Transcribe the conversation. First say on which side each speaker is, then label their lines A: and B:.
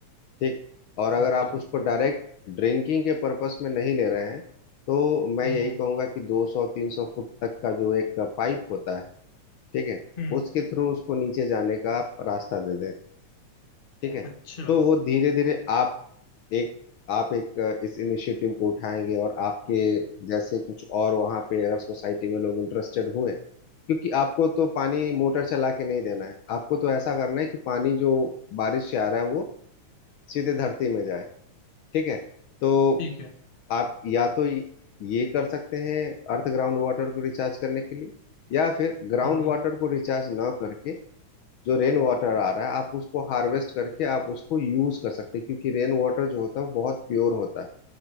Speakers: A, on the left; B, on the left.
A: ठीक और अगर
B: ओके
A: आप उसको डायरेक्ट ड्रिंकिंग के पर्पस में नहीं ले रहे हैं तो मैं
B: हम्म
A: यही
B: okay, हम्म
A: कहूंगा कि 200 300 फुट तक का जो एक पाइप होता है ठीक है
B: हम्म,
A: उसके थ्रू उसको नीचे जाने का आप रास्ता दे दें ठीक है
B: अच्छा
A: तो वो धीरे धीरे आप एक आप एक इस इनिशिएटिव को उठाएंगे और आपके जैसे कुछ और वहां पे अगर सोसाइटी में लोग इंटरेस्टेड हुए क्योंकि आपको तो पानी मोटर चला के नहीं देना है आपको तो ऐसा करना है कि पानी जो बारिश से आ रहा है वो सीधे धरती में जाए ठीक है तो
B: ठीक है
A: आप या तो ये कर सकते हैं अर्थ ग्राउंड वाटर को रिचार्ज करने के लिए या फिर ग्राउंड
B: हम्म हम्म,
A: वाटर को रिचार्ज ना करके जो रेन वाटर आ रहा है आप उसको हार्वेस्ट करके आप उसको यूज कर सकते हैं क्योंकि रेन वाटर जो होता है वो बहुत प्योर होता है